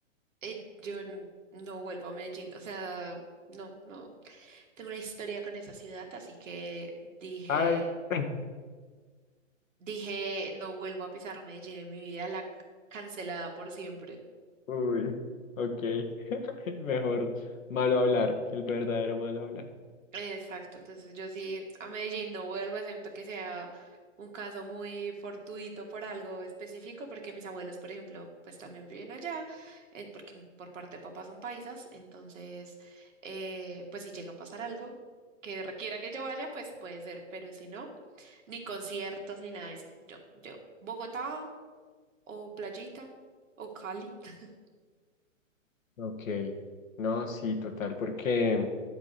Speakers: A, on the right; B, on the left.
A: eh, yo n- no vuelvo a Medellín, o sea, no, no, tengo una historia con esa ciudad, así que dije,
B: Ay. <clears throat> <laughs>
A: dije, no vuelvo a pisar Medellín en mi vida, la c- cancelada por siempre.
B: Uy, ok. <laughs> Mejor malo hablar, el verdadero malo hablar.
A: Exacto, entonces yo sí a Medellín no vuelvo, excepto que sea un caso muy fortuito por algo específico, porque mis abuelos, por ejemplo, pues también viven allá, eh, porque por parte de papá son paisas, entonces, eh, pues si llega a pasar algo que requiera que yo vaya, pues puede ser, pero si no, ni conciertos ni nada de eso. Yo, yo, Bogotá o Playita o Cali. <laughs>
B: Ok, no, sí, total, porque